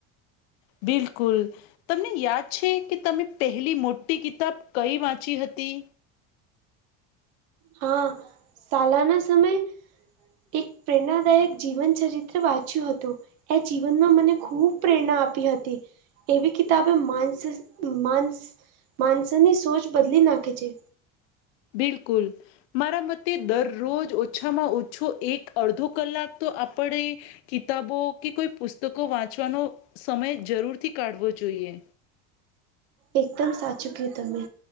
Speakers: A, on the left; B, on the right.
A: બિલકુલ. તમને યાદ છે કે તમે પહેલી મોટી કિતાબ કઈ વાંચી હતી.
B: હા શાલાના સમયે. એક પ્રેરણાદાયક જીવન ચરિત્ર વાંચ્યું હતું. એ જીવનમાં મને ખૂબ પ્રેરણા આપી હતી. એવી કિતાબે માસ માસ માનસની સોચ બદલી નાખે છે.
A: બિલકુલ. મારા મતે દરરોજ ઓછામાં ઓછો એક અડધો કલાક તો આપડે. કિતાબો કે કોઈ પુસ્તકો વાંચવાનો સમય જરૂરથી કાઢવો જોઈએ.
B: એકદમ સાચું કયું તમે